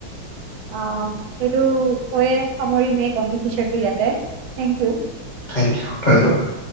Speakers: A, on the right; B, on the left.
A: অ' সেইটো কয়ে সামৰিম এই কনভাৰচেচনটো ইয়াতে। থেংক ইউ
B: থেংক ইউ ধন্যবাদ।